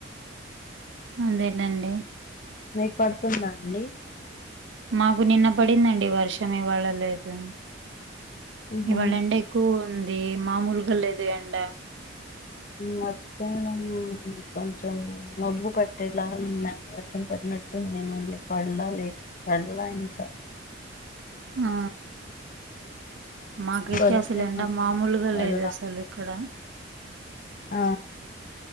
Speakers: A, on the right; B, on the left.
A: అదేలెండి
B: మీకు పడుతుంద అండి
A: మాకు నిన్న పడిందండి వర్షం ఇవాళ లేదు
B: ఉహు
A: ఇవాళ ఎండ ఎక్కువగా ఉంది మామూలుగా లేదు ఎండ
B: మధ్యానం కొంచెం మబు పట్టెలా ఉందండి వర్ష పట్టనట్టు ఉంది మళ్ళీ పడలా లే పడలా ఇంకా
A: ఆ మాకు ఇటు
B: పడదేమో
A: అసలు ఎండా
B: అనుకున్నా
A: మామూలుగా
B: పడలా
A: లేదు అసలు ఇక్కడ
B: ఆ